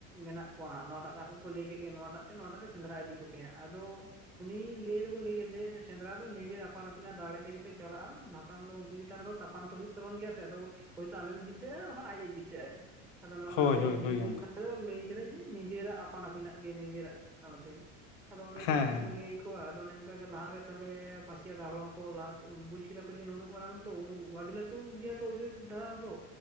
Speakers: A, in the centre; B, on the left (about 80°).
A: ᱢᱮᱱᱟᱜ ᱠᱚᱣᱟ ᱦᱟᱸᱜ ᱾ ᱱᱚᱣᱟᱴᱟᱜ ᱫᱚ ᱟᱠᱚ ᱠᱚ ᱞᱟᱹᱭ ᱠᱮᱫ ᱜᱮ ᱱᱚᱣᱟᱴᱟᱜ ᱛᱮ ᱱᱚᱣᱟᱴᱟᱜ ᱛᱮ ᱥᱮᱸᱫᱽᱨᱟ ᱤᱫᱤ ᱠᱚᱯᱮ ᱦᱟᱸᱜ ᱾ ᱟᱫᱚ ᱩᱱᱤ ᱞᱟᱹᱭ ᱫᱚᱠᱚ ᱞᱟᱹᱭ ᱜᱮᱭᱟ ᱡᱮ ᱥᱮᱸᱫᱽᱨᱟ ᱫᱚ ᱱᱤᱡᱮᱨ ᱟᱯᱟᱱ ᱟᱹᱯᱤᱱᱟᱜ ᱫᱟᱲᱮ ᱛᱮ ᱜᱮᱯᱮ ᱪᱟᱞᱟᱜᱼᱟ ᱾ ᱵᱟᱠᱷᱟᱱ ᱫᱚ ᱩᱱᱠᱩ ᱪᱮᱛᱟᱱ ᱨᱮᱫᱚ ᱛᱟᱯᱟᱢ ᱛᱚ ᱦᱩᱭᱩᱜ ᱛᱟᱵᱚᱱ ᱜᱮᱭᱟ ᱥᱮ, ᱟᱫᱚ ᱦᱚᱭᱛᱳ ᱟᱢᱮᱢ ᱡᱤᱛᱟᱹᱜᱼᱟ ᱵᱟᱠᱷᱟᱱ ᱟᱡ ᱮ ᱡᱤᱛᱟᱹᱜ ᱟᱭ ᱾ ᱟᱫᱚ ᱱᱚᱜᱼᱱᱟ
B: ᱦᱳᱭ
A: ᱜᱮᱞᱮ
B: ᱦᱳᱭ
A: ᱡᱤᱣᱤ
B: ᱦᱳᱭ ᱜᱚᱝᱠᱮ
A: ᱨᱚᱠᱠᱷᱟ ᱞᱟᱹᱭ ᱠᱮᱫᱟᱭ ᱡᱮ ᱱᱤᱡᱮᱨᱟᱜ ᱟᱯᱟᱱ ᱟᱹᱯᱤᱱᱟᱜ ᱜᱮ ᱱᱤᱡᱮᱨᱟᱜ ᱾ ᱥᱟᱶᱫᱤ ᱟᱫᱚ ᱚᱱᱮ
B: ᱦᱮᱸ
A: ᱡᱮ ᱚᱱᱠᱟ
B: ᱦᱮᱸ
A: ᱠᱚ
B: ᱦᱮᱸ
A: ᱞᱟᱹᱭ ᱟᱠᱚᱣᱟ ᱟᱫᱚ ᱚᱱᱮ ᱚᱱᱠᱟ ᱜᱮ ᱞᱟᱦᱟ ᱨᱮ ᱛᱟᱦᱚᱞᱮ ᱯᱟᱹᱥᱤ ᱟᱰᱟ ᱦᱚᱲ ᱦᱚᱸᱠᱚ ᱞᱟᱦᱟ ᱵᱩᱡ ᱠᱮᱫᱟ ᱠᱚ ᱡᱮ ᱱᱩᱱᱟᱹᱜ ᱢᱟᱨᱟᱝ ᱛᱚ ᱟᱹᱰᱤ ᱞᱟᱹᱼ ᱼᱴᱩ ᱜᱮᱭᱟ ᱛᱚ ᱚᱡᱳᱫᱽᱫᱷᱟ ᱫᱚ